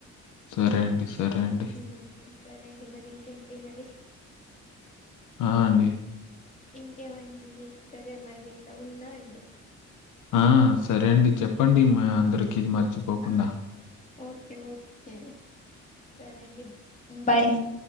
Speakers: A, on the left (about 80°); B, on the left (about 25°).
A: సరే అండి సరే అండి
B: ఉమ్, సరే అండి మరి ఇంకేంటి మరి
A: ఆ! అండి.
B: ఇంకేమండి సరే మరి ఇంకా ఉన్నా అండి
A: ఆ సరే అండి చెప్పండి అందరికిీ మర్చిపోకుండా
B: ఆ ఓకే ఓకే సరే అండి బాయ్